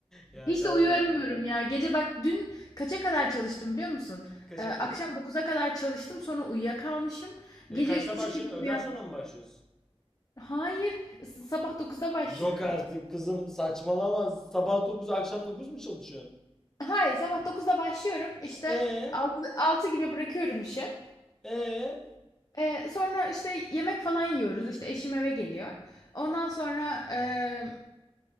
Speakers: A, in the centre; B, on the left (about 35°).
A: Ya
B: Hiç
A: Çağla
B: de Ee, uyuyamıyorum ya. Gece bak dün kaça kadar çalıştım biliyor musun?
A: kaça
B: Ee, akşam
A: kadar?
B: 9'a kadar çalıştım sonra uyuyakalmışım.
A: E,
B: Gece
A: kaçta
B: üç buçuk
A: başlıyorsun?
B: gibi uyandım.
A: Öğleden sonra mı başlıyorsun?
B: Hayır s- sabah dokuzda başlıyorum.
A: Yok artık kızım saçmalama. Sabah 9 akşam 9 mu çalışıyorsun?
B: Hayır sabah dokuzda başlıyorum işte
A: E
B: 6 6 gibi bırakıyorum işi.
A: e
B: Ee, sonra işte yemek falan yiyoruz işte eşim eve geliyor. Ondan sonra e,